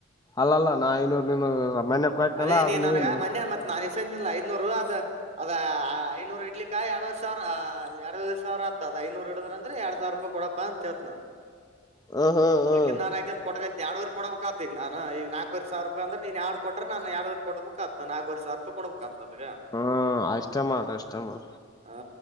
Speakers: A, on the left (about 20°); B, on the right (about 35°).
A: ಅಲ್ಲ ಅಲ್ಲ ನಾ ಐನೂರು ನೀನು ಮನ್ನೆ ಕೊಟ್ನಲ್ಲ
B: ಅದೇ
A: ಅದ
B: ನಿನಗೆ
A: ನೀನ್
B: ಮೊನ್ನೆ ನಾನು ಸ್ಣಿಲ್ಲಲ್ಲ ಐನೂರು ಅದ್ ಅದ ಐನೂರು ಇಡ್ಲಿ ಕಾಯಿ ಎರಡ್ವರೆ ಸಾವಿರ ಎರಡು ಸಾವಿರ ಆತ್ದ ಐನೂರ್ರಡದ ಅಂದ್ರೆ ಎರಡು ವರಿ ರೂಪಾಯಿ ಕೊಡಪ್ಪ ಅಂತ ಹೇಳ್ತಿನ್ ನಾನು
A: ಹ್ಮ್ ಹ್ಮ್ ಹ್ಮ್
B: <unintelligible> ಓಕೆ ನಾನ್ ಯಾಕೆ ಕುಡ್ಕೊಂತೀನಿ ಎಡುವರಿ ಕೊಡ್ಬೇಕ ಅದು ನಾನು ಈಗ ನಾಕವ ಸಾವಿರ ರೂಪಾಯ ಅ್ರ ನೀನು ಹೇಳ್ಕೊಟ್ಟೆ ನು ಎರೂರು ಕೊಡ್ಬೇಕುತ್ ನಾಲ್ವ ಸಾವರ ರೂಪಾಯಿ ಕೊಬೇಕುಕ್ತ್
A: ಹ್ಮ್ ಅಷ್ಟೇ ಮಾಡ ಅಷ್ಟೇ ಮಾಡ
B: ಹ